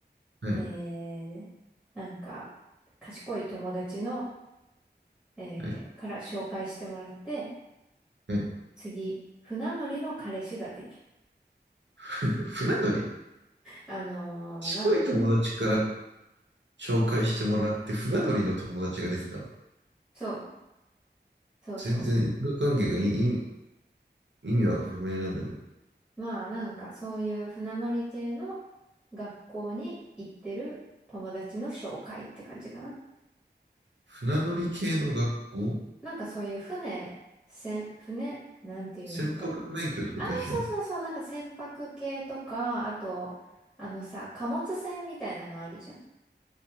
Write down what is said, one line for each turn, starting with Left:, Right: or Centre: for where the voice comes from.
Right: はい、
Centre: えー、なんか、賢い友達の、えー、
Right: はい。
Centre: から紹介してもらって、
Right: はい
Centre: 次、船乗りの彼氏ができる。
Right: <laughs> 船乗り
Centre: あのーなん、
Right: 賢い友達から紹介してもらって船乗りの友達ができたの
Centre: そう、そうそ
Right: 全然因果関係がいい意味は不明なんだけど。
Centre: う。まあ、なんかそういう船乗り系の学校に行ってる友達の紹介って感じかな。
Right: 船乗り系の学校
Centre: なんかそういう船、船、船、なんて言うんだね。
Right: 船舶免許ってことでしょ
Centre: ああ、そうそうそう、なんか船舶系とか、あと、あのさ、貨物船みたいなのあるじゃん。